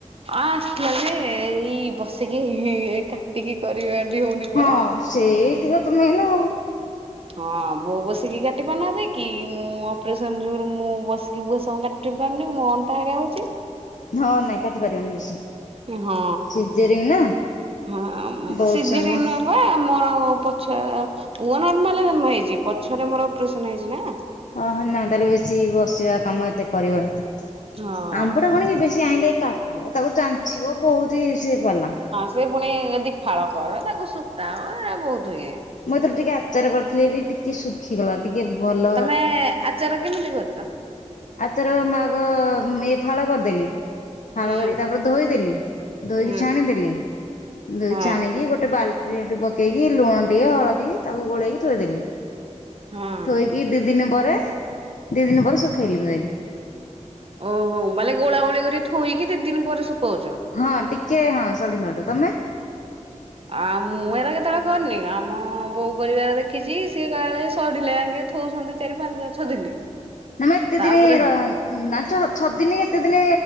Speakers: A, on the right; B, on the left.
A: ଅଁ ଆସଥିଲା ଯେ ଏଇ ବସିକି ଏଇ କାଟିକି କରିବା ଟି ହୋଉନି
B: ହଁ
A: ପରା।
B: ସେଇତିକ ତ <unintelligible>
A: ହଁ ବୋଉ ବସିକି କାଟି ପାରୁନାହାନ୍ତି କି ମୁଁ ଅପରେସନ ଯୋଗୁରୁ ମୁଁ ବସିକି। <unintelligible> ଟି ପାରୁନି ମୋ ଅଣ୍ଟା ହେକା ହୋଉଚି।
B: ହଁ ନାଇଁ କାଟି ପାରିବନି ବେଶୀ
A: ଏହଁ
B: ସିଜରିଙ୍ଗ ନା
A: ହଁ <unintelligible>
B: ବହୁତ ସମୟ
A: ହୋଏ ମୋରୋ ପଛ ପୁଅ ନର୍ମାଲରେ ଜନ୍ମ ହେଇଚି ପଛରେ ମୋରୋ ଅପରେସନ ହେଇଛି ନା।
B: ଅଃ ନା ତାହେଲେ ବେଶୀ ବସିବା କାମ ଏତେ କରିବନି।
A: ହଁ
B: ଆମ୍ବଟା କଣ କି ବେଶୀ ଆଇଁଲେ କାଟିବ ତାକୁ ଚାଞ୍ଚିବ ବୋହୁତ ହି ସିଏ ପାଲା।
A: ହୁଏ ପୁଣି ଦି ଫାଳ କର ତାକୁ ଶୁକାଅ ଏରା ବୋହୁତ ଇଏ।
B: ମୁଁ ଏଥର ଟିକେ ଆଚାର କରିଥିଲି ଯେ ଟିକେ ଶୁଖି ଗଲା। ଟିକେ ଭଲ
A: ତମେ ଆଚାର କେମିତି କରୁଚ।
B: ଆଚାର ମୁଁ ଆଗ ଉଁ ଇଏ ଫାଳ କରିଦେଲି। ଫାଳ
A: ହୁଁ
B: କରିକି ତାପରେ ଧୋଇଦେଲି ଧୋଇକି
A: ହୁଁ
B: ଛାଣିଦେଲି ଧୋଇ
A: ହଁ
B: ଛାଣିକି ଗୋଟେ ବାଲ ଟିରେ ହେଟୁ ପକେଇକି ଲୁଣ ଟିକେ ହଳଦୀ ତାକୁ ଗୋଳେଇକି ଥୋଇଦେଲି
A: ହଁ
B: ଥୋଇକି ଦି ଦିନି ପରେ ଦି ଦିନ ପରେ ଶୁଖେଇଲି ମୁଁ ଯାଇକି।
A: ଓହୋ <unintelligible> ଗୋଳା ଗୋଳି କରିକି ଥୋଇକି ଦି ଦିନି ପରେ ଶୁକୋଉଚ।
B: ହଁ ଟିକେ ହଁ ସଢିଲାଠୁ ତମେ।
A: ଆଁ ମୁଁ ଏରା କେତେବେଳେ କରିନି ଆମ ବୋଉ କରିବାର ଦେଖିଛି ସିଏ କାଳେ ସଢିଲେ ଯାଇଁକି ଥୋଉଛନ୍ତି ଚାରି ପାଞ୍ଚ ଛଅ ଦିନି।
B: ନା ମ ଏତେ
A: ତାପରେ
B: ଦିନି ର ନା ଚ ଛଅ ଦିନି ଏତେ ଦିନି